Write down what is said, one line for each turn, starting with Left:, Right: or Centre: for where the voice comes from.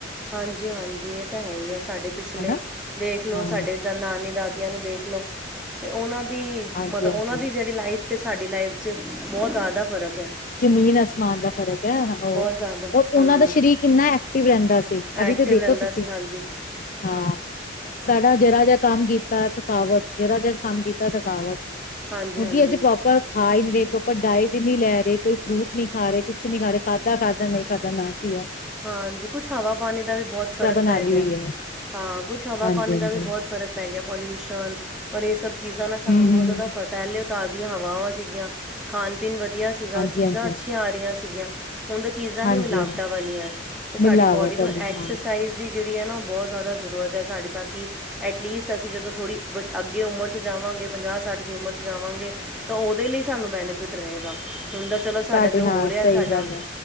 Centre: ਹਾਂਜੀ-ਹਾਂਜੀ, ਏ ਤਾਂ ਹੈ ਈ ਹੈ, ਸਾਡੇ ਪਿਛਲੇ
Left: ਹਨਾ
Centre: ਦੇਖ ਲੋਂ
Left: ਹਾਂ
Centre: ਸਾਡੇ ਦਾ ਨਾਨੀ, ਦਾਦੀ ਦਿਆਂ ਨੂੰ ਦੇਖ ਲੋ 'ਤੇ ਓਨਾਂ ਦੀ
Left: ਹਾਂਜੀ
Centre: ਮਤਲਬ
Left: ਹਾਂਜੀ
Centre: ਓਨਾਂ ਦੀ ਜੇੜੀ ਲਾਈਫ 'ਤੇ ਸਾਡੀ ਲਾਈਫ 'ਚ ਬੋਤ ਜਾਦਾ ਫ਼ਰਕ ਐ।
Left: ਜ਼ਮੀਨ ਅਸਮਾਨ ਦਾ ਫ਼ਰਕ ਐ ਓ
Centre: ਜ਼ਿਆਦਾ
Left: ਓ,
Centre: ਹੂੰ
Left: ਓਨਾਂ ਦਾ ਸਰੀਰ ਕਿੰਨਾ ਐਕਟਿਵ ਰਹਿੰਦਾ ਸੀ ਐਵੀਂ
Centre: ਐਕਟਿਵ
Left: ਤਾਂ ਦੇਖੋ
Centre: ਰਹਿੰਦਾ
Left: ਤੁਸੀਂ,
Centre: ਸੀ ਹਾਂਜੀ
Left: ਹਾਂ। ਸਾਡਾ ਜਰਾ ਜਾ ਕੰਮ ਕੀਤਾ ਥਕਾਵਟ, ਜਰਾ ਜਾ ਕੰਮ ਕੀਤਾ ਥਕਾਵਟ। ਕਿਉਂਕਿ
Centre: ਹਾਂਜੀ ਹਾਂਜੀ
Left: ਅਸੀਂ ਪ੍ਰੋਪਰ ਖਾ ਹੀ ਨੀ ਰਹੇ, ਪ੍ਰੋਪਰ ਡਾਇਟ ਹੀ ਨੀ ਲੈ ਰਹੇ। ਕੋਈ ਫਰੂਟ ਨਈ ਖਾ ਰੇ, ਕੁੱਛ ਨੀ ਖਾ ਰੇ,, ਖਾਧਾ, ਖਾਧਾ ਨਹੀਂ ਖਾਧਾ ਨਾ ਸਈ ਯਾਰ।
Centre: ਹਾਂਜੀ, ਕੁਛ ਹਵਾ ਪਾਨੀ ਦਾ ਵੀ ਬੋਤ ਫ਼ਰਕ
Left: ਬਣਾ
Centre: ਪੈ
Left: ਲਈ
Centre: ਗਿਆ।
Left: ਹੋਈ ਹੈ
Centre: ਹਾਂ ਕੁਛ ਹਵਾ
Left: ਹਾਂਜੀ
Centre: ਪਾਨੀ
Left: ਹਾਂਜੀ
Centre: ਦਾ ਵੀ ਬੋਤ ਫ਼ਰਕ ਪੈ ਗਿਆ ਪੋਲਿਊਸ਼ਨ ਔਰ ਏ ਸਭ ਚੀਜ਼ਾਂ ਨਾ
Left: ਹੂੰ
Centre: ਸਾਨੂੰ ਬੋਤ
Left: ਹੂੰ
Centre: ਜਾਦਾ ਫਰਕ ਪਹਿਲੇ ਤਾਜ਼ੀਆਂ ਹਵਾਵਾਂ ਸੀਗੀਆਂ, ਖਾਨ ਪੀਨ ਵਧੀਆ ਸੀਗਾ,
Left: ਹਾਂਜੀ
Centre: ਚੀਜ਼ਾਂ
Left: ਹਾਂਜੀ
Centre: ਅੱਛੀਆਂ ਆ ਰਹੀਆਂ ਸੀਗੀਆਂ। ਹੁਨ ਤਾਂ ਚੀਜ਼ਾਂ
Left: ਹਾਂਜੀ
Centre: ਹੀ ਮਿਲਾਵਟਾਂ
Left: ਹਾਂਜੀ
Centre: ਵਾਲੀਆਂ। ਤੇ ਸਾਡੀ
Left: ਮਿਲਾਵਟ
Centre: ਬੋਡੀ ਨੂੰ
Left: ਵਾਲੀ
Centre: ਐਕਸਰਸਾਈਜ਼
Left: ਹਾਂ
Centre: ਦੀ ਜੇੜੀ ਹੈ ਨਾ ਓ ਬੋਤ ਜਾਦਾ ਜ਼ਰੂਰਤ ਹੈ ਸਾਡੀ, ਤਾਂ ਕਿ ਐਟਲੀਸਟ ਅਸੀਂ ਜਦੋਂ ਥੋੜ੍ਹੀ ਅੱਗੇ ਉਮਰ 'ਚ ਜਾਵਾਂਗੇ, ਪੰਜਾਹ-ਸੱਠ ਦੀ ਉਮਰ 'ਚ ਜਾਵਾਂਗੇ ਤੋਂ ਓਦੇ ਲਈ ਸਾਨੂੰ ਬੈਨੀਫਿਟ ਰਹੇਗਾ, ਹੁਨ ਤਾਂ ਚਲੋ
Left: ਸਾਡੇ
Centre: ਸਾਡਾ ਜੋ
Left: ਹਾਂ
Centre: ਹੋ ਰਿਹਾ,
Left: ਸਹੀ
Centre: ਸਾਡਾ
Left: ਗੱਲ ਹੈ